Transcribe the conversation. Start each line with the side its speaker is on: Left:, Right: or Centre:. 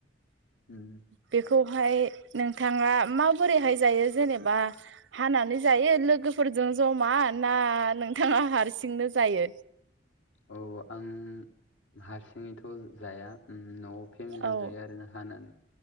Left: उम
Right: बेखौहाय नोंथाङा माबोरैहाय जायो जेनेबा हानानै जायो लोगोफोरजों जमा ना नोंथाङा हारसिंनो जायो।
Left: औ आं हारसिङैथ' जाया न'आव फेमिलियाव
Right: औ
Left: जायो आर ना हानानै